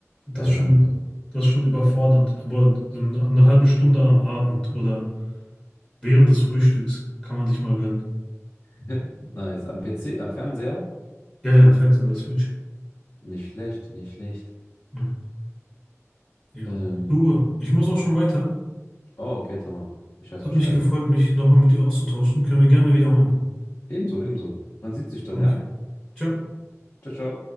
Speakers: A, on the left (about 15°); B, on the left (about 55°).
A: Das
B: Leider.
A: ist schon, das ist schon überfordernd. Aber so nach einer halben Stunde am Abend oder während des Frühstücks kann man sich mal gönnen.
B: <laughs> Nice. Am PC, am Fernseher?
A: Ja, ja, Fans an der Switch.
B: Nicht schlecht, nicht schlecht.
A: Ja. ja.
B: Ähm,
A: Lube, ich muss auch schon weiter.
B: oh, okay, tamam. Ich weiß
A: Hat
B: Bescheid.
A: mich gefreut, mich nochmal mit dir auszutauschen. Können wir gerne wiederholen.
B: Ebenso, ebenso. Man sieht sich dann,
A: Okay.
B: ja?
A: Ciao.
B: Ciao, ciao.